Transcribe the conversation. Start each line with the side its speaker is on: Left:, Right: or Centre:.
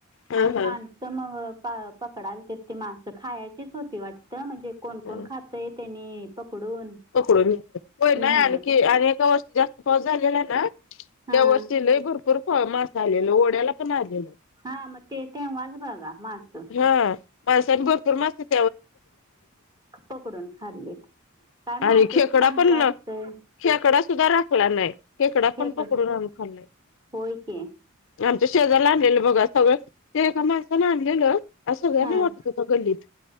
Left: हा
Right: आणि माण-
Left: हा
Right: तर मग पकडालतीत ती मासं खायचीच होती वाटतं, म्हणजे कोण,
Left: हा.
Right: कोण खातय- तेनी पकडून-
Left: पकडून <unintelligible> होय, नाही
Right: नेलेत
Left: आणखी आणि एका वर्षी जास्त पाऊस झालेला आहे ना- त्यावर
Right: हां
Left: शिलही भरपूर मास आलेल, ओढ्याला पण आलेल.
Right: हा मग ते तेव्हाच बगा मास.
Left: हा म स बोर <unintelligible>
Right: <unintelligible> पकडून खाल्लीत काय मासच
Left: आणि खेकडा
Right: चांगला
Left: पण
Right: असतय.
Left: खेकडा सुद्धा राखला नाही, खेकडा
Right: हे
Left: पण पकडून
Right: क
Left: आणून खाल्लय.
Right: होय की.
Left: आमच्या शेजारला आणलेलं बघा सगळं, ते एका माणसाने आणलेलं. अस सगळ्यांना
Right: हां
Left: वाटत होता गल्लीत,